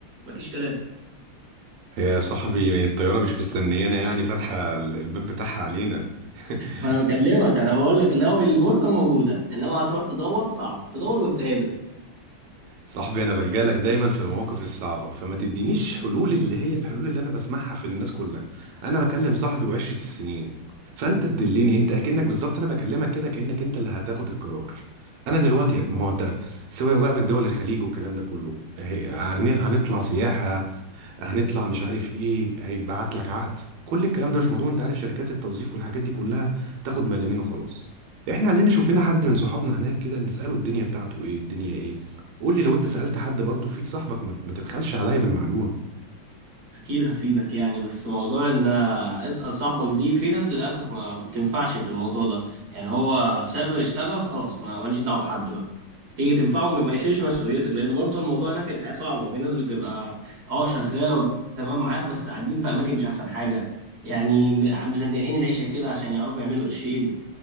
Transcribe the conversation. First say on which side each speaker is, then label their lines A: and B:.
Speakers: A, on the right; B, on the right.
A: مفيش كلام
B: يا صاحبي الطيارة مش مستنيانا يعني فاتحة ال- الباب بتاعها علينا <laughs>
A: ما انا بكلمك انا بقول لك لو الفرصه موجوده انما هتروح تدور صعبه تدور وانت هنا
B: صاحبي انا بلجأ لك دايما في المواقف الصعبه فما تدينيش حلول اللي هي الحلول اللي انا بسمعها في الناس كلها انا بكلم صاحبي وعشرة السنين فانت تدلني انت اكنك بالظبط انا بكلمك كده كانك انت اللي هتاخد القرار انا دلوقتي ما هو انت سواء بقى من دول الخليج والكلام ده كله هي- هن- هنطلع سياحه هنطلع مش عارف ايه هيتبعت لك عقد كل الكلام ده مش مضمون انت عارف شركات التوظيف والحاجات دي كلها بتاخد ملمين وخلاص احنا عايزين نشوف لنا حد من صحابنا هناك كده نساله الدنيا بتاعته ايه الدنيا ايه قول لي لو انت سالت حد برضه فيك صاحبك ما ما تبخلش عليا بالمعلومه
A: اكيد هفيدك يعني بس موضوع ان اسال صاحبك دي في ناس للاسف ما بتنفعش في الموضوع ده يعني هو سافر اشتغل خلاص ما ماليش دعوه بحد بقى تيجي تنفعه ما ما يشيلش مسؤوليتك لان برضه الموضوع هناك الحياه صعبه في ناس بتبقى اه شغاله وتمام معاها بس قاعدين في اماكن مش احسن حاجه يعني م- مزنقين العيشه كده عشان يعرفوا يعملوا قرشين